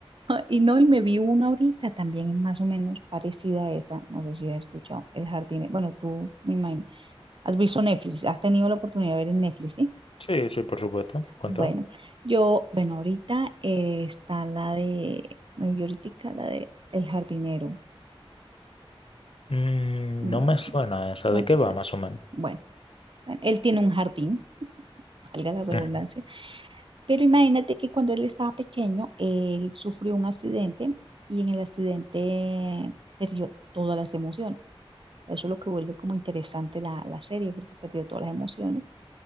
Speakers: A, on the right; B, on the left.
A: y no, y me vi una ahorita también más o menos parecida a esa, no sé si has escuchado, El Jardín, bueno, tú me imagino, has visto Netflix, has tenido la oportunidad de ver en Netflix, ¿sí?
B: Sí, sí, por supuesto. ¿Cuánto?
A: Bueno, yo, bueno, ahorita eh, está la de, me vi ahoritica la de El jardinero.
B: Mm,
A: Mm,
B: no me suena esa.
A: ¿no
B: ¿De qué
A: te
B: va,
A: suena?
B: más o menos?
A: Bueno, bueno, él tiene un jardín, valga la redundancia,
B: Ujú,
A: pero imagínate que cuando él estaba pequeño, él sufrió un accidente y en el accidente perdió todas las emociones. Eso es lo que vuelve como interesante la, la serie, porque perdió todas las emociones.